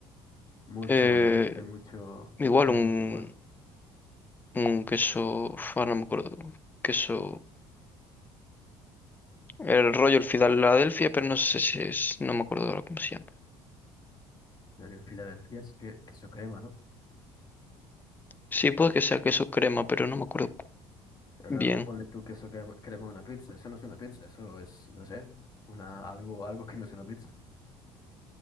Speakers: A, on the left; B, on the left.
A: mucho
B: Eh,
A: adherente, mucho
B: igual
A: tal,
B: un,
A: mucho cual.
B: un queso, uf, ahora no me acuerdo, queso, el rollo, el Filadelfia, pero no sé si es, no me acuerdo ahora cómo se llama.
A: En el Filadelfia es que, queso crema, ¿no?
B: Sí, puede que sea queso crema, pero no me acuerdo
A: Pero
B: bien.
A: claro, ponle tú queso crema crema a una pizza, eso no es una pizza, eso es, no sé, una, algo, algo que no es una pizza.